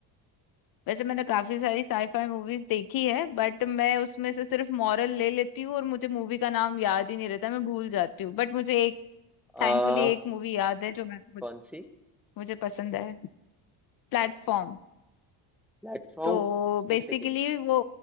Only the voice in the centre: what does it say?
आ,
कौन सी
प्लेटफॉर्म
एक सेकेंड